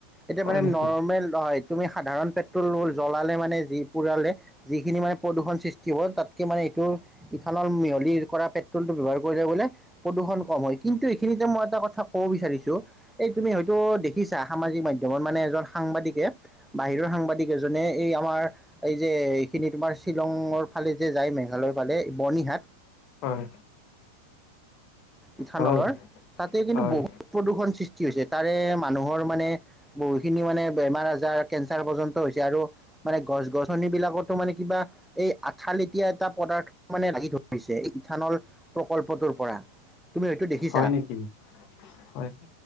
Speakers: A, in the centre; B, on the left (about 40°).
A: এতিয়া
B: হয়
A: মানে
B: নেকি
A: নৰ্মেল হয়, তুমি সাধাৰণ পেট্ৰল জ্বলালে মানে যি পুৰালে যিখিনি মানে প্ৰদূৰণ সৃষ্টি হ'ল তাতকে মানে এইটো ইফালৰ মিহলি কৰা পেট্ৰলটো ব্যৱহাৰ কৰিলে বোলে প্ৰদূষণ কম হয়, কিন্তু এইখিনিতে মই এটা কথা কব বিচাৰিচো? এই তুমি হয়তো দেখিছা সামাজিক মাধ্যমত মানে এজন সাংবাদিকে বাহিৰৰ সাংবাদিক এজনে এই আমাৰ এই যে এইখিনি তোমাৰ শ্বিলঙৰ ফালে যে যায় মেঘালয়ৰ ফালে বৰ্নিহাট,
B: হয়।
A: ইথানলৰ,
B: হয়
A: তাতে কিন্তু
B: হয়
A: বহুত প্ৰদূৰণ সৃষ্টি হৈছে। তাৰে মানুহৰ মানে বহুতখিনি মানে বেমাৰ, আজাৰ কেঞ্চাৰ পৰ্যন্ত হৈছে আৰু মানে গছ, গছনি বিলাকতো মানে কিবা এই আঠালেতিয়া এটা পদাৰ্থ মানে লাগি ধৰিছে এই ইথানল প্ৰকল্পটোৰ পৰা। তুমি হৈটো দেখিছা।
B: হয় নেকি হয়